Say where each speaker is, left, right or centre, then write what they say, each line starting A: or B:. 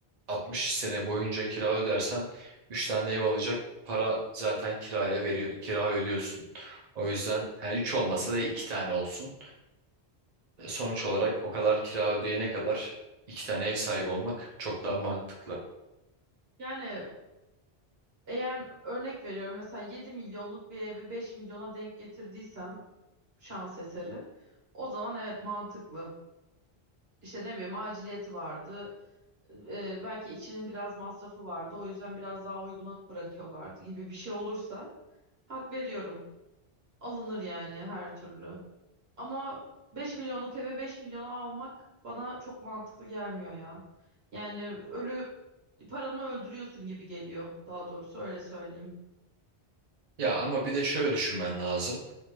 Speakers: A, on the right; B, on the right.
A: 60 sene boyunca kira ödersen 3 tane ev alacak para zaten kiraya veriyor, kira ödüyorsun. O yüzden hani 3 olmasa da 2 tane olsun. E, Sonuç olarak o kadar kira ödeyene kadar 2 tane ev sahibi olmak çok daha mantıklı.
B: Yani eğer örnek veriyorum mesela 7 milyonluk bir evi 5 milyona denk getirdiysem şans eseri o zaman evet mantıklı. İşte ne bileyim aciliyeti vardı. Ee, belki içinin biraz masrafı vardı. O yüzden biraz daha uyguna bırakıyorlardı gibi bir şey olursa hak veriyorum. Alınır yani her türlü. Ama 5 milyonluk eve 5 milyona almak bana çok mantıklı gelmiyor ya. Yani ölü paranı öldürüyorsun gibi geliyor. Daha doğrusu öyle söyleyeyim.
A: Ya ama bir de şöyle düşünmen lazım.